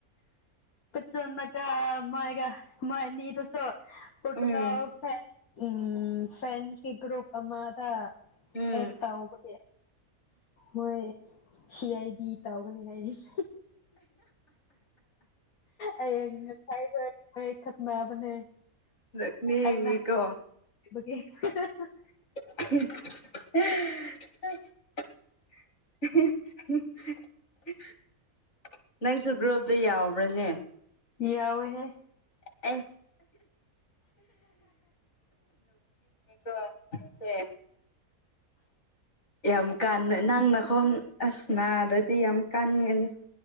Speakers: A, on the left (about 80°); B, on the left (about 50°).
A: ꯆꯣꯟꯅ ꯀ ꯃꯥꯥꯏ ꯃꯅꯤꯗꯨꯁꯨ ꯄꯣꯇꯨꯒ
B: ꯎꯝ
A: ꯐ ꯎꯝ ꯐ꯭ꯔꯦꯟꯁꯀꯤꯒ꯭ꯔꯨꯞꯄ ꯑꯃꯃꯗ
B: ꯎꯝ
A: ꯑꯦ ꯇ ꯑꯣꯕ ꯃꯣꯏ ꯁꯤ ꯑꯩꯗꯤ ꯇꯧꯒꯅꯤ ꯍꯥꯏꯔꯤꯁ ꯑꯩ ꯉꯁꯥꯏꯈ ꯈꯠꯅꯕꯅꯦ
B: ꯛꯅꯤ
A: ꯑꯩꯅ
B: ꯏꯤꯀꯣ
A: <unintelligible>
B: <unintelligible> ꯅꯪꯁꯨ ꯒ꯭ꯔꯨꯞꯨꯞꯇ ꯌꯥꯎꯕ꯭ꯔꯥꯅꯦ
A: ꯌꯥ ꯌꯥꯋꯣꯏꯍꯦ
B: ꯂꯅꯤ ꯀ ꯑꯁꯦ ꯌꯥꯝ ꯀꯥꯟ ꯅꯪꯅ ꯈꯣꯡ ꯑꯁꯅꯥꯗꯗꯤ ꯌꯥꯝ ꯀꯥꯟꯒꯅꯤ